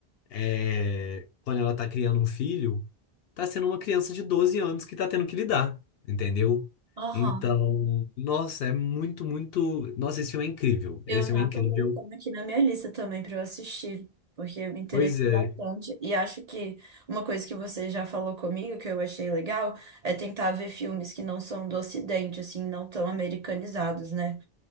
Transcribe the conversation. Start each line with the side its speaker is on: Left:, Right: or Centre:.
Left: é, quando ela tá criando um filho, tá sendo uma criança de 12 anos que tá tendo que lidar, entendeu?
Right: Aham.
Left: Então, nossa, é muito, muito. Nossa, esse filme é incrível.
Right: Eu
Left: Esse filme
Right: já
Left: é incrível.
Right: tô colocando aqui na minha lista também para eu assistir, porque eu me interessei
Left: Pois é,
Right: bastante. E acho que uma coisa que você já falou comigo, que eu achei legal, é tentar ver filmes que não são do Ocidente, assim, não tão americanizados, né?